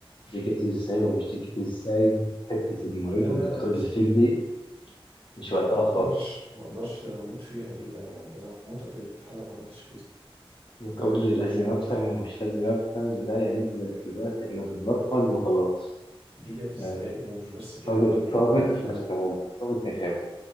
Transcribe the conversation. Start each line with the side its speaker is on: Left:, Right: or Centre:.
Left: دي جت ازاي ومش دي جت ازاي حتة المعيد
Right: لا لا
Left: والدكتور
Right: لا
Left: اللي
Right: استنى
Left: فيك دي مش وقتها
Right: ما اقدرش
Left: خالص
Right: ما اقدرش ده انا اموت فيها دي ده انا ده انا اموت قبل الامتحان لو ما عملتش كده
Left: وتقول لي لازم افهم ومش لازم افهم لا يعني دلوقتي احنا بنبرمج وخلاص
Right: دي جت ازاي
Left: يعني
Right: ومش بس كده
Left: صابت
Right: ده انا ه-
Left: صابت
Right: ده
Left: مش
Right: انا
Left: مهم. صابت نخاف